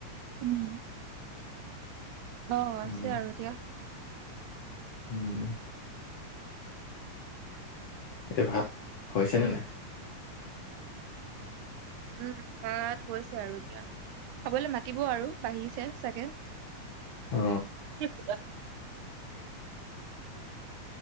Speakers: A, on the right; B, on the left.
A: উম! অ আছে
B: উম
A: আৰু এতিয়া
B: উম এতিয়া ভাত হৈছে নে নাই,
A: উম ভাত হৈছে আৰু এতিয়া খাবলৈ মাতিব আৰু বাঢ়িছে চাগে। কি?
B: অ